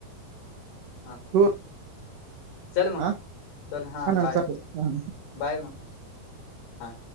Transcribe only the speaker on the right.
हो
हा
चालतंय हा